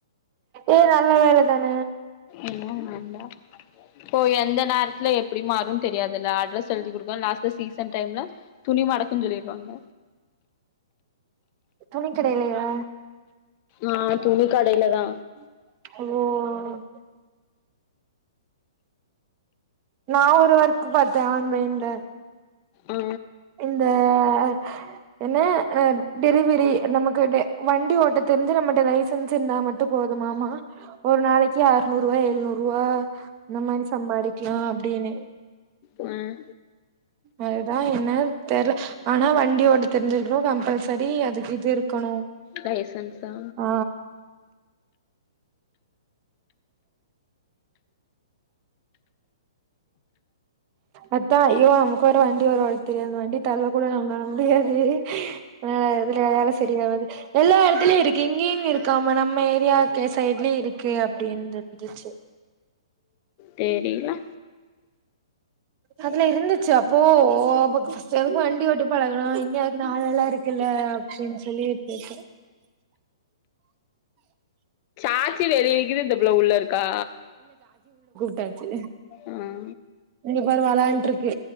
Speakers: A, on the right; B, on the left.
A: ஏ நல்ல வேலதான
B: எல்லா நடந்தா ஓ எந்த நேரத்ல எப்டி மாறு தெரியதுலா அட்ரஸ் எழுதி கொடுக்க லாஸ்ட்ல சீசன் டைம்ல துணி மடக்கும்ன்னு சொல்லிருவாங்க
A: துணி கடலயா
B: ஆ துணி கடயில தா
A: ஓ நா ஒரு ஒர்க்கு பாத்தே ஆன்லைன் ல்ல
B: ஆ
A: இந்த ஆ என்ன அ டெலிவரி நமக்கு த வண்டி ஓட்ட தெரிஞ்சு நம்மட்ட லைசன்ஸ் இருந்தா மட்டு போதுமாமா ஒரு நாளைக்கு அறுநூறு ரூவா எழுநூறு ரூவா நம்ம இனி சம்பாதிக்கலா அப்டின்னு
B: உம்
A: அதுதா என்னனு தெரில ஆனா வண்டி ஓட்ட தெரிஞ்சிருக்கணு கம்பல்சரி அதுக்கு இது இருக்கணு
B: லைசன்ஸா
A: ஆ அதா ஐயோ நமக்கு ஒரு வண்டி ஒருவி தெரியது அந்த வண்டி தல்ல கூட நம்மலால முடியாது அதனால இதுல வேற சரியாவாது எல்லா எடத்துலயு இருக்கு இங்கேயு இ இருக்காம நம்ம ஏரியாவுக்கு சைட்லயு இருக்கு அப்டின்னுந்துச்சு
B: தெரில
A: அதுல இருந்துச்சு அப்போ ஒ எதுக்கு வண்டி வோட்டி பழகணு இங்க அதுக்கு நாளேலா இருக்குல்ல அப்டின்னு சொல்லிட்டுக்க
B: ஆச்சி வெளி நிக்குது இந்த புள்ள உள்ள இருக்கா
A: ச்ச
B: ஆ
A: இங்க பாரு வெளான்ட்டு இருக்கு